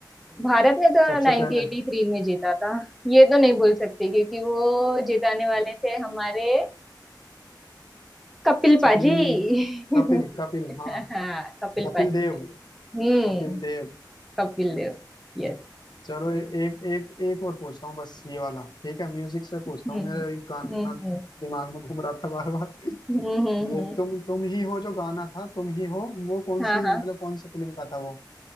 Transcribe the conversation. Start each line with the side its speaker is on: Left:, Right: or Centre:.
Centre: भारत ने तो
Left: सबसे
Centre: 1983
Left: पहले
Centre: में जीता था ये तो नहीं भूल सकती क्योंकि वो जिताने वाले थे हमारे कपिल
Left: सुनील
Centre: पाजी <laughs>
Left: कपिल कपिल हाँ
Centre: हाँ कपिल
Left: कपिल
Centre: पाजी
Left: देव
Centre: थे हम्म
Left: कपिल देव
Centre: कपिल देव यस
Left: चलो ए- एक एक एक और पूछता हूँ बस ये वाला ठीक है म्यूजिक से पूछता
Centre: हम्म
Left: हूँ
Centre: हम्म
Left: मेरा एक गाना
Centre: हम्म
Left: दिमाग में घूम रहा था बार बार
Centre: हम्म हम्म, हम्म,
Left: ये
Centre: हम्म।
Left: तुम तुम ही हो जो गाना था तुम ही हो वो कौन
Centre: हाँ
Left: सी
Centre: हाँ
Left: मतलब कौन सी फिल्म का था वो